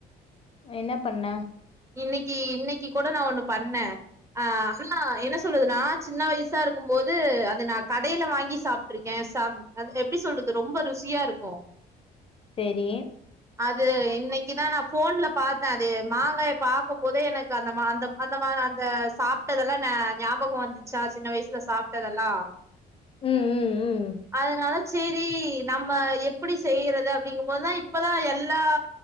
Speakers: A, on the left (about 35°); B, on the right (about 15°).
A: என்ன பண்ண
B: இன்னக்கி இன்னக்கி கூட நா ஒண்ணு பண்ணே ஆ ஆனா என்ன சொல்றது நா சின்ன வைசா இருக்கு போது அது நா கடேல வாங்கி சாப்ட்ருக்கே சாப் அத் எப்டி சொல்றது ரொம்ப ருசியா இருக்கு
A: சேரி
B: அது இன்னக்கிதா நா ஃபோன்ல பாத்தே அது மாங்கா எத் பாக்கு போதே எனக்கு அந்தமா அந்த அந்தமா அந்த சாப்டதெல்லா ஞா ஞாபக வந்திச்சா சின்ன வைசுல சாப் ட்டதெல்லா
A: ம் ம் ம்
B: அதனால சேரி நம்ம எப்டி செய்றது அப்டிங்குபோ தா இப்பதா எல்லா